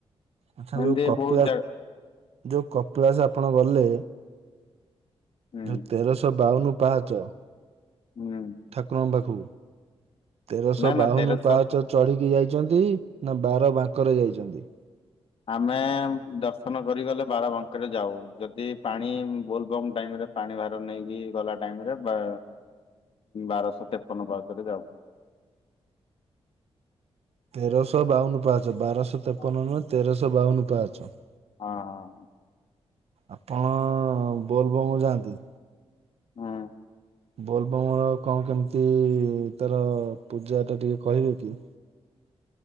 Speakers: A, on the right; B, on the left.
A: ଆଚ୍ଛା
B: ଏମିତି
A: ଯୋଉ କପିଳା
B: ବହୁତ ଜାଗା
A: ଯୋଉ କପିଳାସ ଆପଣ ଗଲେ।
B: ହୁଁ
A: ଯୋଉ ତେରଶହ ବାଉନ ପାହାଚ।
B: ହୁଁ
A: ଠାକୁରଙ୍କ ପାଖକୁ ତେରଶହ
B: ନା ନା
A: ବାଉନ
B: ତେରଶହ
A: ପାହଚ ଚଢ଼ିକି ଯାଇଚନ୍ତି ନା ବାର ବାଙ୍କରେ ଯାଇଚନ୍ତି।
B: ଆମେ ଦର୍ଶନ କରିଗଲେ ବାରବାଙ୍କରେ ଯାଉ ଯଦି ପାଣି ବୋଲବମ୍ ଟାଇମରେ ପାଣି ଭାର ନେଇକି ଗଲା ଟାଇମ୍ ରେ ବା ବାରଶହ ତେପନ ପାଉଚରେ ଯାଉ।
A: ତେରଶହ ବାଉନ ପାହଚ ବାରଶହ ତେପନ
B: ହଁ
A: ନୁହେଁ ତେରଶହ ବାଉନ ପାହଚ।
B: ହଁ। ହଁ।
A: ଆପଣ ବୋଲବମ୍ ଯାଆନ୍ତି?
B: ହୁଁ।
A: ବୋଲବମ୍ ର କଣ କେମିତି ତାର ପୂଜାଟା ଟିକେ କହିବେ କି?